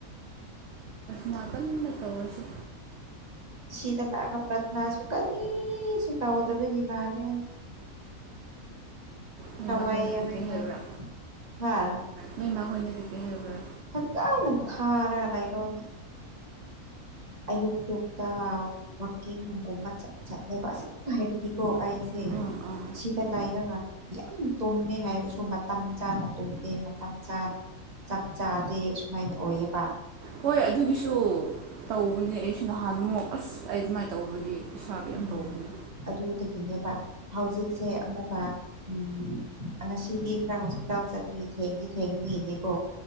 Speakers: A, on the right (about 55°); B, on the right (about 30°).
A: ꯅꯥ ꯀꯟꯅ <unintelligible> ꯇꯧꯔꯁꯤ
B: ꯁꯤꯗ ꯂꯥꯛꯑꯒ ꯄ꯭ꯔꯠꯅꯥꯁꯨ ꯀꯔꯤꯁꯨ ꯇꯧꯗꯕꯒꯤ ꯃꯥꯜꯂꯦ
A: ꯅꯣꯏ
B: ꯊꯥꯎꯏ
A: ꯃꯥꯈꯣꯏꯅ
B: ꯌꯥꯝ
A: ꯀꯩꯀꯩ
B: ꯅꯨꯉꯥꯏ
A: ꯍꯥꯏꯕ꯭ꯔꯥ
B: ꯍꯥꯥ
A: ꯅꯣꯏ ꯏꯃꯥ ꯈꯣꯏꯅꯈꯤꯀꯦ ꯍꯥꯏꯕ꯭ꯔꯥ
B: ꯐꯖꯅ ꯄꯨꯊꯔꯒ ꯂꯩꯥꯔꫭꯅ ꯑꯌꯨꯛ ꯌꯨꯛꯇ ꯋꯥꯀꯤꯡꯒꯨꯝꯕ ꯆ <unintelligible> ꯆꯠꯦꯕꯁ ꯍꯥꯏꯗꯤ ꯀꯣ ꯑꯩꯁꯦ
A: ꯑꯥ ꯑꯥ
B: ꯁꯤꯗ ꯂꯩꯏꯔꯒ ꯌꯥꯝ ꯇꯨꯝꯃꯦ ꯍꯥꯏꯔꯁꯨ ꯃꯇꯝ ꯆꯥꯅ ꯇꯨꯝꯗꯦ ꯃꯇꯝ ꯆꯥꯅ ꯆꯥꯛ ꯆꯥꯗꯦ ꯁꯨꯃꯥꯏꯅ ꯑꯣꯏꯌꯦꯕ
A: ꯍꯣꯏ ꯑꯗꯨꯒꯤꯁꯨ ꯇꯧꯕꯅꯦ ꯑꯩꯁꯨ ꯅꯍꯥꯟꯃꯨꯛ ꯑꯁ ꯑꯩ ꯑꯗꯨꯃꯥꯏꯅ ꯇꯧꯕꯒꯤ ꯄꯩꯁꯥ ꯀꯩꯅꫭꯝ
B: ꯎꯝ
A: ꯇꯧꯕꯅꯤ
B: ꯑꯗꯨꯗꯒꯤꯅꯦꯕ ꯍꯧꯖꯤꯛꯁꯦ ꯑꯃꯨꯛꯀ ꯎꯝ ꯉꯁꯤꯗꯤ ꯈꯔ ꯍꯣꯁꯄꯤꯇꯥꯜ ꯆꯠꯄꯤ ꯊꯦꯡꯗꯤ ꯊꯦꯡꯅꯤꯅꯦꯀꯣ